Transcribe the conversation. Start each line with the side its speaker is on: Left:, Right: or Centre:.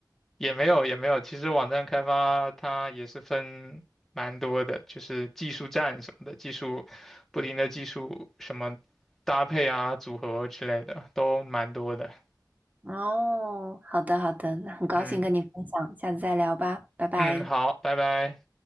Centre: 也没有也没有，其实网站开发它也是分蛮多的，就是技术栈什么的，技术不停的技术什么搭配啊、组合之类的都蛮多的。
Right: 哦，好的好的，那很高兴跟你分享，
Centre: 嗯
Right: 下次再聊吧，拜拜。
Centre: 嗯，好，拜拜。